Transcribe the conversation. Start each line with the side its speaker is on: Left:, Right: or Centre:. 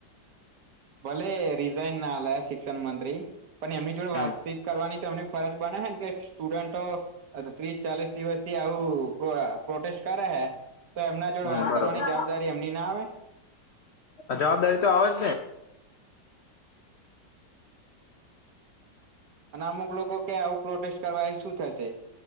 Right: ભલે રિઝાઇન ના આલે શિક્ષણ મંત્રી. પણ એમની જોડે વાતચીત
Left: હમ
Right: કરવાની તો એમની ફરજ બને હે ને કે સ્ટુડન્ટો ત્રીસ ચાલીસ દિવસથી આવું પ્રો પ્રોટેસ્ટ કરે હે. તો એમના જોડે
Left: હમ
Right: વાત
Left: બરોબર
Right: કરવાની જવાબદારી એમની ના આવે?
Left: જવાબદારી તો આવે જ ને.
Right: અને અમુક લોકો કે આવું પ્રોટેસ્ટ કરવા એ શું થશે?